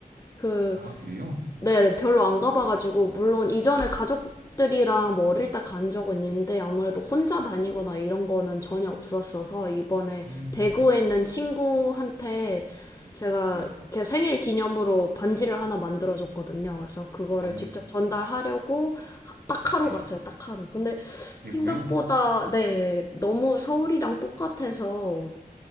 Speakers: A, on the left (about 20°); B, on the right (about 85°).
A: 그
B: 아, 그래요?
A: 네, 네, 별로 안 가봐가지고, 물론 이전에 가족들이랑
B: 네,
A: 뭐 어릴 때 간 적은 있는데, 아무래도 혼자 다니거나
B: 네.
A: 이런 거는 전혀 없었어서, 이번에
B: 음,
A: 대구에 있는 친구한테
B: 네,
A: 제가
B: 네,
A: 걔 생일 기념으로 반지를 하나 만들어줬거든요.
B: 네.
A: 그래서 그거를
B: 오,
A: 직접 전달하려고 하- 딱
B: 네.
A: 하루 갔어요, 딱 하루. 근데
B: 대구요
A: 생각보다, 네, 너무 서울이랑 똑같아서